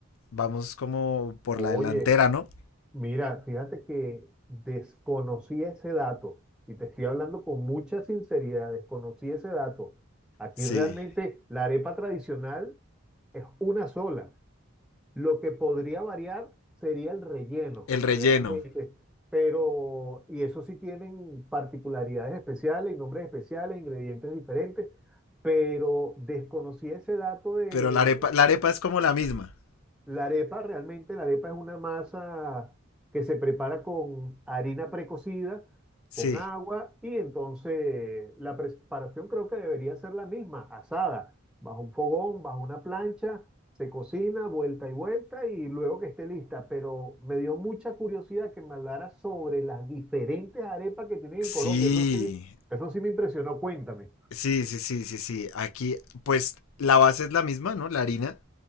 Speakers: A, on the left; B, in the centre.
A: vamos como por
B: Oye,
A: la delantera, ¿no?
B: mira, fíjate que desconocía ese dato, y te estoy hablando con mucha sinceridad, desconocí ese dato. Aquí
A: Sí.
B: realmente la arepa tradicional es una sola. Lo que podría variar sería el relleno,
A: El relleno.
B: realmente. Pero, y eso sí tienen particularidades especiales y nombres especiales, ingredientes diferentes, pero desconocí ese dato de.
A: Pero la arepa, la arepa es como la misma.
B: La arepa, realmente la arepa es una masa que se prepara con harina precocida,
A: Sí.
B: con agua y entonces la preparación creo que debería ser la misma, asada, bajo un fogón, bajo una plancha, se cocina vuelta y vuelta y luego que esté lista. Pero me dio mucha curiosidad que me hablara sobre las diferentes arepas que tienen en
A: Sí.
B: Colombia. Eso sí, eso sí me impresionó. Cuéntame.
A: Sí, sí, sí, sí, sí. Aquí, pues la base es la misma, ¿no? La harina